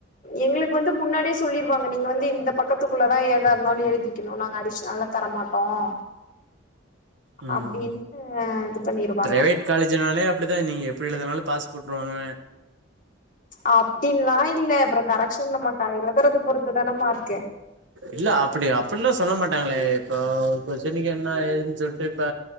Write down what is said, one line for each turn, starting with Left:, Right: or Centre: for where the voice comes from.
Left: எங்களுக்கு வந்து முன்னாடியே சொல்லிருவாங்க நீங்க வந்து இந்த பக்கத்துக்குள்ளதான் ஏதா இருந்தாலும் எழுதி க்கணும் நாங்க அடிஷனல்லாம் தரமாட்டோம்
Right: ம்
Left: அப்படின்னு இது பண்ணிருவாங்க
Right: பிரைவேட் காலேஜ்னாலே அப்படிதான் நீங்க எப்படி எழுதுனாலும் பாஸ் போட்டுருவாங்க
Left: அப்படின்லாம் இல்ல அப்பறம் கரெக்ஷன் நம்ம எழுதுறத பொறுத்து தானே மார்க்
Right: இல்ல அப்படி அப்டியெல்லாம் சொல்ல மாட்டாங்களே இப்போ கொஸ்டினுக்கு என்ன ஏதுன்னு சொல்லிட்டு இப்ப